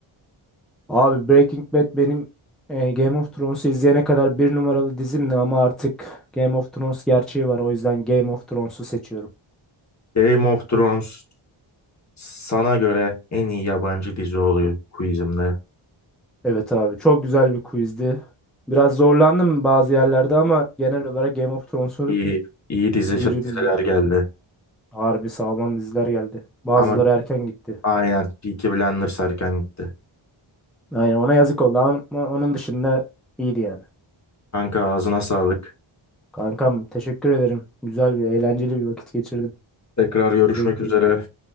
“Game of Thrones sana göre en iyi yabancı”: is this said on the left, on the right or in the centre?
Left